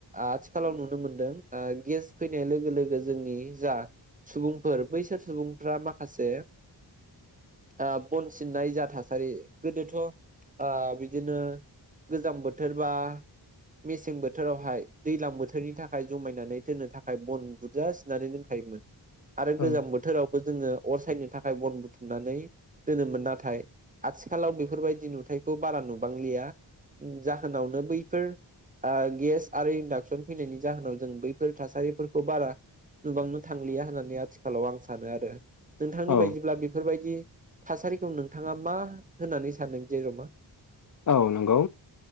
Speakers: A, on the right; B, on the left.
A: आथिखालाव नुनो मोनदों ओ गेस फैनाय लोगो लोगो जोंनि जा सुबुंफोर बैसोर सुबुंफ्रा माखासे ओ बन सिननाय जा थासारि गोदोथ' ओ बि बिदिनो गोजां बोथोरबा मेसें बोथोरावहाय दैज्लां बोथोरनि थाखाय जमायनानै दोननो थाखाय बन बुरजा सिननानै दोनखायो आरो
B: औ
A: गोजां बोथोराव जोङो अर सायनो थाखाय बन बुथुमनानै दोनोमोन नाथाय आथिखालाव बेफोरबायदि नुथायखौ बारा नु बांलिया जाहोनावनो बैफोर ओ गेस आरो इडाक्सन फैनायनि जाहोनाव जों बैफोर थासारिफोरखौ बारा नुबांनो थांलिया होननानै आथिखालाव आं सानो सानो आरो नोंथांनि
B: औ
A: बायदिब्ला बेफोरबायदि थासारिखौ नोंथाङा मा होननानै सानो जेनबा?
B: औ नंगौ।